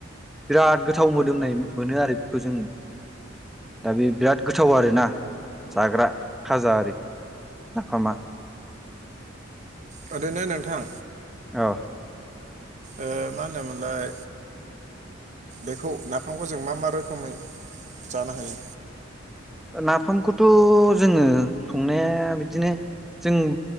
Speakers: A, in the centre; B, on the right.
A: बिराद गोथाव मोदोमनाय मोनो आरो बेखौ जोङो दा बे बिराद गोथाव आरोना जाग्रा। खाजाआरि नाफामा
B: थारैनो नोंथां।
A: अ
B: ओ मा होनोमोनलाय बेखौ नाफामखौ जों मा मा रोखोमै जानो हायो।
A: नाफामखौथ' जोङो संनाया बिदिनो जों